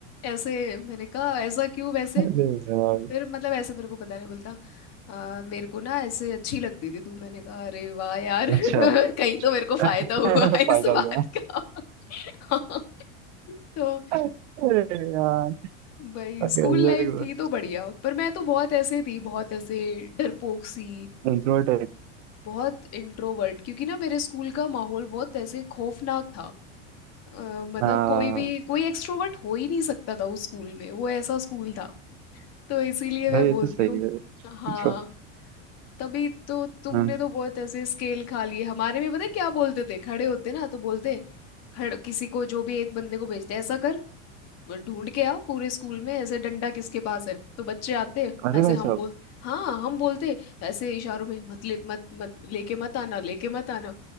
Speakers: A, on the left (about 45°); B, on the right (about 75°).
A: ऐसे मैंने कहा ऐसा क्यों वैसे
B: अरे यार
A: फिर मतलब ऐसे मेरे को पता नहीं बोलता "अ, मेरे को ना ऐसे अच्छी लगती थी तू मैंने कहा अरे वाह यार
B: अच्छा
A: <laughs> कहीं तो मेरे को फायदा
B: <laughs>
A: हुआ <laughs>
B: फायदा
A: इस
B: हो
A: बात
B: गया
A: का <laughs> हाँ। तो
B: अरे यार
A: भाई
B: अरे
A: स्कूल
B: अलग
A: लाइफ थी तो बढ़िया पर मैं तो बहुत ऐसे थी बहुत ऐसे डरपोक सी
B: इंट्रोवर्ट
A: बहुत इंट्रोवर्ट क्योंकि ना मेरे स्कूल का माहौल बहुत ऐसे खौफनाक था अ, मतलब
B: हाँ
A: कोई भी कोई एक्सट्रोवर्ट हो ही नहीं सकता था उस स्कूल में वो ऐसा स्कूल था तो इसीलिए मैं
B: यार ये
A: बोलती
B: तो सही
A: हूँ
B: है
A: हाँ
B: मतलब
A: तभी तो तुमने
B: हाँ
A: तो बहुत ऐसे स्केल खा लिए हमारे में पता है क्या बोलते थे खड़े होते ना तो बोलते खड़े किसी को जो भी एक बंदे को भेजते ऐसा कर वो ढूंढ के आओ पूरे स्कूल में ऐसे डंडा किसके पास है तो बच्चे आते
B: अरे
A: ऐसे
B: भाई
A: हम
B: साहब
A: बोल हाँ हम बोलते ऐसे इशारों में मत ले मत मत लेके मत आना लेके मत आना